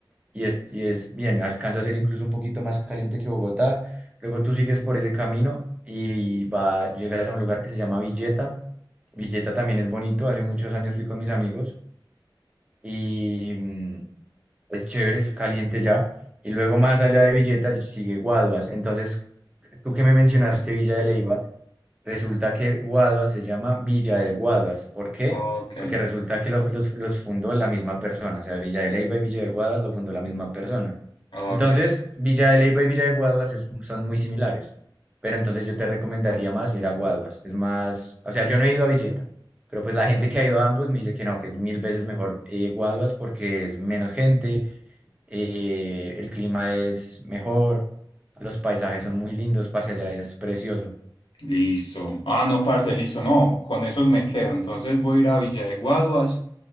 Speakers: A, on the right; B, on the left.
A: y es, y es bien. Alcanza a ser incluso un poquito más caliente que Bogotá. Luego tú sigues por ese camino y va, llegas a un lugar que se llama Villeta. Villeta también es bonito. Hace muchos años fui con mis amigos y, mm, es chévere, es caliente ya. Y luego más allá de Villeta sigue Guaduas. Entonces, tú que me mencionaste Villa de Leiva, resulta que Guaduas se llama Villa de Guaduas. ¿Por qué?
B: ok,
A: Porque resulta que lo- los, los fundó la misma persona. O sea, Villa de Leiva y Villa de Guaduas lo fundó la misma persona.
B: ok.
A: Entonces, Villa de Leiva y Villa de Guaduas es- son muy similares. Pero entonces yo te recomendaría más ir a Guaduas. Es más, o sea, yo no he ido a Villeta. Pero pues la gente que ha ido a ambos me dice que no, que es mil veces mejor eh, Guaduas porque es menos gente, eh, el clima es mejor, los paisajes son muy lindos, parce, allá es precioso.
B: Listo. Ah, no, parce, listo. No, con esos me quedo. Entonces voy a ir a Villa de Guaduas,